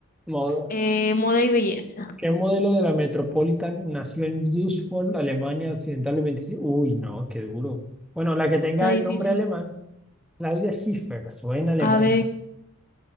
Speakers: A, in the centre; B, on the left.
A: Modo-
B: Eh, moda y belleza.
A: ¿qué modelo de la Metropolitan nació en Düsseldorf, Alemania Occidental el 25? Uy, no, qué duro. Bueno, la que tenga
B: Está difícil.
A: el nombre alemán, Claudia Schiffer, suena alemán.
B: A ver,